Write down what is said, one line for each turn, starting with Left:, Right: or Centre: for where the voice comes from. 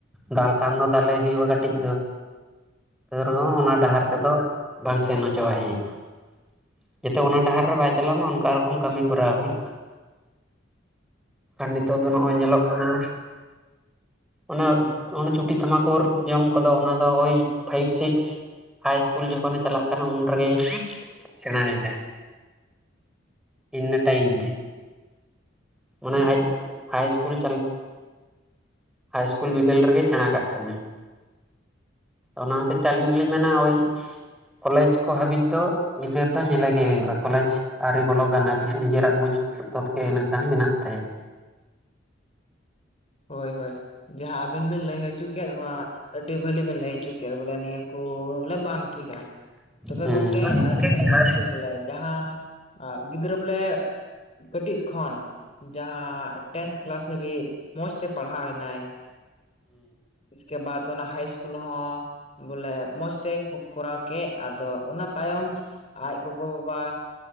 Centre: ᱫᱟᱞ ᱠᱷᱟᱱ ᱫᱚ ᱫᱟᱞᱮ ᱦᱩᱭᱩᱜ-ᱟ ᱠᱟᱹᱴᱤᱡ ᱫᱚ ᱮ ᱨᱮᱦᱚᱸ ᱚᱱᱟ
Left: ᱦᱳᱭ
Centre: ᱰᱟᱦᱟᱨ
Left: ᱦᱳᱭ
Centre: ᱛᱮᱫᱚ ᱵᱟᱝ ᱥᱮᱱ ᱦᱚᱪᱚ ᱟᱭ ᱦᱩᱭᱩᱜ-ᱟ ᱾ ᱡᱟᱛᱮ ᱚᱱᱟ ᱰᱟᱦᱟᱨ ᱨᱮ ᱵᱟᱭ ᱪᱟᱞᱟᱜ ᱢᱟ ᱚᱱᱠᱟ ᱨᱚᱠᱚᱢ ᱠᱟᱹᱢᱤ ᱠᱚᱨᱟᱣ ᱦᱩᱭᱩᱜ-ᱟ ᱾ ᱠᱷᱟᱱ ᱱᱤᱛᱳᱴᱟᱜ ᱫᱚ ᱱᱚᱜ-ᱚᱭ
Left: ᱦᱳᱭ
Centre: ᱧᱮᱞᱚᱜ
Left: ᱦᱳᱭ
Centre: ᱠᱟᱱᱟ ᱚᱱᱟ ᱚᱱᱟ ᱪᱩᱴᱤ ᱛᱷᱟᱢᱟᱠᱩᱨ ᱡᱚᱢ ᱠᱚᱫᱚ ᱚᱱᱟ ᱫᱚ ᱳᱭ ᱯᱷᱟᱭᱤᱵ ᱥᱤᱠᱥ ᱾ ᱦᱟᱭ ᱤᱥᱠᱩᱞ ᱡᱚᱠᱷᱚᱱᱮ ᱪᱟᱞᱟᱜ ᱠᱟᱱᱟ ᱩᱱ ᱨᱮᱜᱮᱭ ᱥᱮᱬᱟᱭᱮᱫᱟᱭ ᱤᱱᱟᱹ ᱴᱟᱭᱤᱢ ᱜᱮ ᱢᱟᱱᱮ ᱦᱟᱭ ᱤᱥᱠᱩᱞ ᱦᱟᱭ ᱤᱥᱠᱩᱞ ᱪᱟᱞ ᱦᱟᱭ ᱤᱥᱠᱩᱞ ᱵᱤᱫᱟᱹᱞ ᱨᱮᱜᱮᱭ ᱥᱮᱬᱟ ᱠᱟᱜ ᱠᱟᱱᱟᱭ ᱚᱱᱟ ᱦᱚᱛᱮ ᱛᱮ ᱟᱹᱞᱤᱧ ᱫᱚᱞᱤᱧ ᱢᱮᱱᱟ ᱳᱭ ᱠᱚᱞᱡᱽ ᱠᱚ ᱦᱟᱹᱵᱤᱡ ᱫᱚ ᱜᱤᱫᱟᱹᱨ ᱫᱚ ᱧᱮᱞᱮᱜ ᱜᱮ ᱦᱩᱭᱩᱜ-ᱟ ᱠᱚᱞᱮᱡᱽ ᱟᱹᱨᱤ ᱵᱚᱞᱚ ᱜᱟᱱ ᱦᱟᱹᱵᱤᱡ ᱾ ᱱᱤᱡᱮᱨᱟᱜ ᱵᱩᱡ ᱛᱚᱛ ᱜᱮ ᱤᱱᱟᱹᱠᱷᱟᱱ ᱢᱮᱱᱟᱜ ᱛᱟᱭᱟ ᱾
Left: ᱦᱳᱭ ᱦᱳᱭ ᱡᱟᱦᱟᱸ ᱟᱵᱮᱱ ᱵᱤᱱ ᱞᱟᱹᱭ ᱦᱚᱪᱚ ᱠᱮᱫ ᱱᱚᱣᱟ ᱟᱹᱰᱤ ᱵᱷᱟᱹᱞᱤ ᱵᱮᱱ ᱞᱟᱹᱭ ᱦᱚᱪᱚ ᱠᱮ ᱵᱚᱞᱮ ᱱᱤᱭᱟᱹ ᱠᱚ ᱵᱚᱞᱮ ᱵᱟᱝ ᱴᱷᱤᱠᱟ ᱛᱚᱵᱮ
Centre: ᱦᱩᱸ
Left: ᱜᱚᱝᱠᱮ
Centre: ᱦᱩᱸ ᱦᱩᱸ
Left: ᱟᱹᱞᱤᱧ ᱞᱤᱧ ᱞᱟᱹᱭ ᱦᱚᱪᱚ ᱞᱮᱫᱟ ᱡᱟᱦᱟᱸ ᱜᱤᱫᱽᱨᱟᱹ ᱵᱚᱞᱮ ᱠᱟᱹᱴᱤᱡ ᱠᱷᱚᱱ ᱡᱟᱦᱟᱸ ᱴᱮᱱᱛᱷ ᱠᱞᱟᱥ ᱦᱟᱹᱵᱤᱡ ᱢᱚᱸᱡᱽ ᱛᱮ ᱯᱟᱲᱦᱟᱣᱮᱱᱟᱭ ᱤᱥᱠᱮ ᱵᱟᱛ ᱚᱱᱟ ᱦᱟᱭ ᱤᱥᱠᱩᱞ ᱦᱚᱸ ᱵᱚᱞᱮ ᱢᱚᱸᱡᱽ ᱛᱮ ᱠᱚᱨᱟᱣ ᱠᱮᱜ ᱟᱫᱚ ᱚᱱᱟ ᱛᱟᱭᱚᱢ ᱟᱡ ᱜᱚᱜᱚ ᱵᱟᱵᱟ